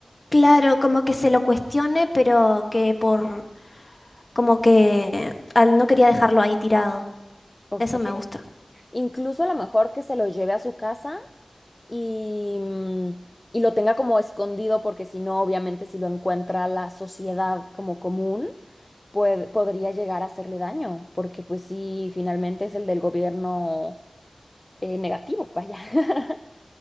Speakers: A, on the left; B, on the left.
A: Claro, como que se lo cuestione, pero que por Como que al- no quería dejarlo ahí tirado.
B: Ok.
A: Eso me gusta.
B: Incluso a lo mejor que se lo lleve a su casa y, mm, y lo tenga como escondido, porque si no, obviamente, si lo encuentra la sociedad como común, puede- podría llegar a hacerle daño, porque pues sí, finalmente es el del gobierno eh, negativo, vaya. <laughs>